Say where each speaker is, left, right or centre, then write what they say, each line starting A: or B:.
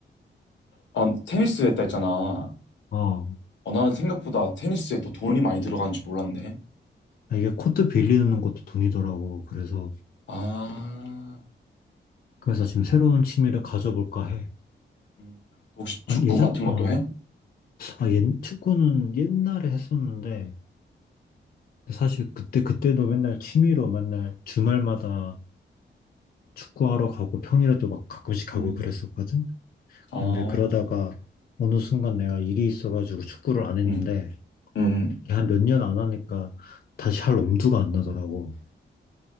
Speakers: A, on the left; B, on the left.
A: 아, 테니스 했다 했잖아.
B: 어.
A: 어, 나는 생각보다 테니스에 또 돈이 많이 들어가는 지 몰랐네.
B: 아, 이게 코트 빌리는 것도 돈이더라고. 그래서,
A: 아,
B: 그래서 지금 새로운 취미를 가져볼까 해.
A: 음. 혹시 축구
B: 아, 예전,
A: 같은 것도
B: 어,
A: 해?
B: 아, 옛, 축구는 옛날에 했었는데, 사실 그때, 그때도 맨날 취미로 맨날 주말마다 축구하러 가고 평일에도 막 가끔씩 가고
A: 음.
B: 그랬었거든?
A: 아,
B: 근데 그러다가 어느 순간 내가 일이 있어가지고 축구를 안 했는데,
A: 음. 음.
B: 한 몇 년 안 하니까 다시 할 엄두가 안 나더라고.